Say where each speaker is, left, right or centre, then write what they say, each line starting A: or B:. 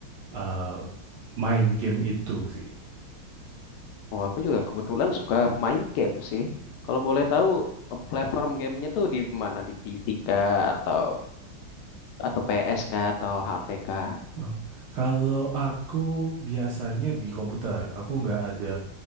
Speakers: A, on the right; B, on the left.
A: eh, main game itu sih.
B: Oh, aku juga kebetulan suka main game sih. Kalau boleh tahu, platform gamenya tuh di mana? Di P C kah? Atau atau P S kah? Atau H P kah?
A: Oh, Kalau aku biasanya di komputer, aku nggak ada